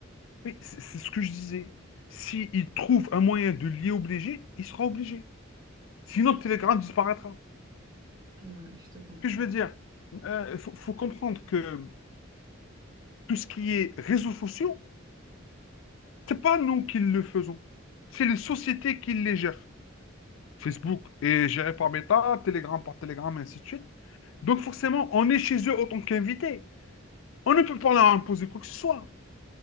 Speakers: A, on the left; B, on the right.
A: Oui, c'est c'est ce que je disais. S'il trouve un moyen de l'y obliger, il sera obligé. Sinon, Telegram disparaîtra.
B: Ouais, je te comprends.
A: Ce que je veux dire, euh, il faut, faut comprendre que tout ce qui est réseaux sociaux, c'est pas nous qui le faisons. C'est les sociétés qui les gèrent. Facebook est géré par Meta, Telegram par Telegram, ainsi de suite. Donc forcément, on est chez eux en tant qu'invité. On ne peut pas leur imposer quoi que ce soit.